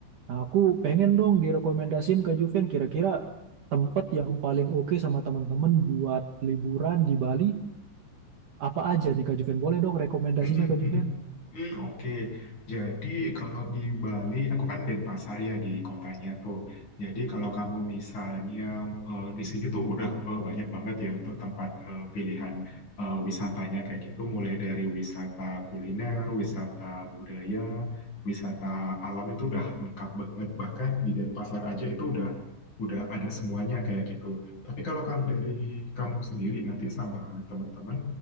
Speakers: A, on the right; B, on the left.
A: Nah, aku pengen dong direkomendasiin Kak Juven kira-kira tempat yang paling oke sama teman-teman buat liburan di Bali apa aja nih Kak Juven? Boleh dong rekomendasinya
B: Mm-mm,
A: Kak
B: mm-mm.
A: Juven?
B: Hmm, Oke, Jadi kalau di Bali, aku kan Denpasar ya di kotanya tuh. Jadi kalau kamu misalnya eh, di sini tuh udah eh, banyak banget ya untuk tempat eh, pilihan eh, wisatanya kayak gitu, mulai dari wisata kuliner, wisata budaya, wisata alam itu udah lengkap banget. Bahkan di Denpasar aja itu udah udah ada semuanya kayak gitu. Tapi kalau kamu dari kamu sendiri nanti sama teman-teman